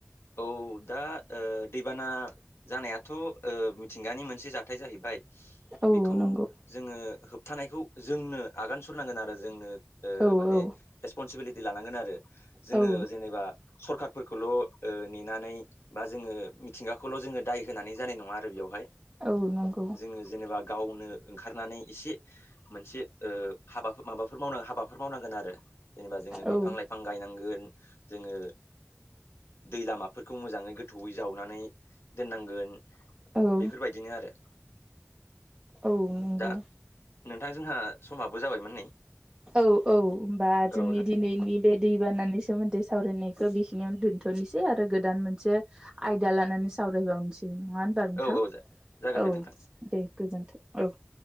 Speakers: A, on the left (about 65°); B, on the right (about 20°).
A: औ दा दैबाना जानायाथ मिथिंगानि मोनसे जाथाय जाहैबाय
B: औ
A: बेखौ
B: नंगौ
A: जोङो थानायखौ जोंनो आगान सुरनांगोन आरो जोंनो
B: औ
A: माने
B: औ
A: रेसपनसिबिलिटि लानांगोन आरो जोङो
B: औ
A: जेनेबा सरखारफोरखौल नेनानै बा जोङो मिथिंगाखौल जोङो दाय होनानै जानाय नङा आरो बेवहाय
B: औ नंगौ
A: जोङो जेनेबा गावनो ओंखारनानै एसे मोनसे हाबा माबाफोर मावनांग हाबाफोर मावनांगोन आरो जेनेबा जोङो बिफां
B: औ
A: लाइफां गायनांगोन जोङो दै लामाफोरखौ मोजाङै गोथौयै जावनानै दोननांगोन
B: औ
A: बेफोरबायदिनो आरो
B: औ नंगौ
A: दा नोंथां जोंहा समाबो जाबायमोन नै
B: औ औ होनबा जोंनि
A: औ नों
B: दिनैनि बे दै बानानि सोमोन्दै सावरायनायखौ बेखिनियावनो दोनथ'नोसै आरो गोदान मोनसे आयदा लानानै सावरायबावनोसै नङा होनबा नोंथां?
A: औ औ जागोन
B: औ
A: दे नोंथां
B: दे गोजोन्थों औ। <inaudible>